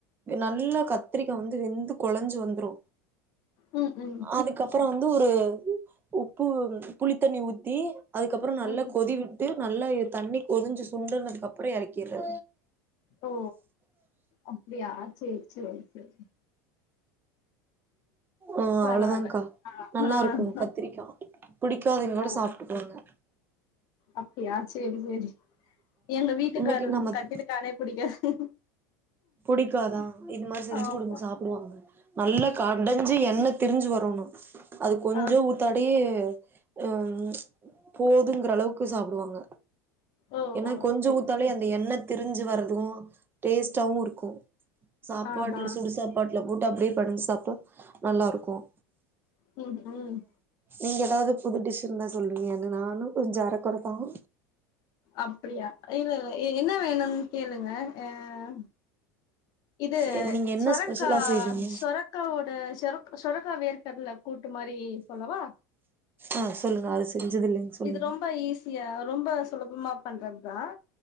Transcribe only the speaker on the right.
நல்ல கத்திரிக்க வந்து வெந்து கொழஞ்சு வந்துரு
அதுக்கப்பற எந்துரு உப்பு புளி சுடுதண்ணி உத்தி அதுக்கப்புறம் நல்லா
கொதிவிட்டு நல்லா தண்ணி கொதிஞ்சு சுண்ட ந அப்படியே இறக்கிறது
ஆஹ்
அவ்வளவுதான்கா
நல்லா இருக்கும் கத்திரிக்காய்
பிடிக்காதங்க கூட
சாப்பிட்டுக்குவாங்க
இன்னைக்கு நம்ம
புடிக்காதா இது மாதிரி செஞ்சு
கொடுங்க சாப்பிடுவாங்க நல்லா கடைஞ்சு எண்ணெய் திரிஞ்சு வரணும் அது கொஞ்சம்
ஊத்தோடி ஹம் போதுங்கற அளவுக்கு சாப்பிடுவாங்க
ஏன்னா
கொஞ்ச
ஊத்தாலே
அந்த எண்ணெய் தெரிஞ்சு வரும் வாவ் டேஸ்ட்டவும் இருக்கும் க்க சாப்பாடல
சுடு சாப்பாடல போட்டு அப்படியே பெசஞ்சி சாப்பட்டு நல்லா இருக்கும்
நீங்க ஏதாவது புது டிஷ்சு தான் சொல்லுவீங்கன்னு நானும் கொஞ்சம் அரக்குறைத்தான்
எ நீங்க என்ன
ஸ்பெஷலா செய்வீங்க
ஆஹ் சொல்லுங்க அது செஞ்சது இல்லைங்க சொல்லுங்க